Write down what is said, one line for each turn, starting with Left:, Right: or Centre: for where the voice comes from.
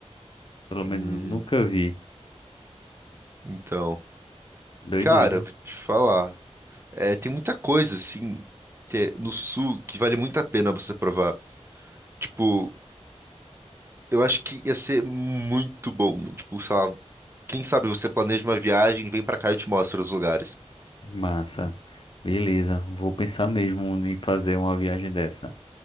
Left: Pelo
Right: Hum,
Left: menos nunca vi.
Right: então,
Left: Doideira.
Right: cara, vou te falar. É, tem muita coisa, assim, que é no sul que vale muito a pena você provar. Tipo, eu acho que ia ser muito bom. Tipo, sei lá, quem sabe você planeja uma viagem, vem pra cá e eu te mostro os lugares.
Left: Massa. Beleza, vou pensar mesmo em fazer uma viagem dessa.